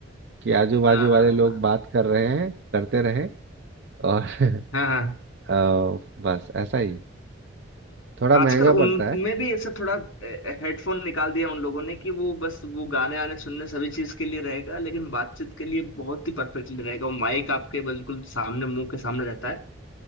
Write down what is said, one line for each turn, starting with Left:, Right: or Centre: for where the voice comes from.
Right: कि आजू बाजू
Left: हाँ हाँ
Right: वाले लोग
Left: हाँ
Right: बात कर रहे हैं करते रहे और <laughs>
Left: हाँ हाँ हाँ।
Right: अ, बस ऐसा ही थोड़ा महंगा
Left: आजकल उनमें
Right: पड़ता है
Left: भी ऐसा थोड़ा हेडफोन निकाल दिया उन लोगों ने कि वो बस वो गाने आने सुनने सभी चीज के लिए रहेगा लेकिन बातचीत के लिए बहुत ही परफेक्टली रहेगा वो माइक आपके बिल्कुल सामने मुंह के सामने रहता है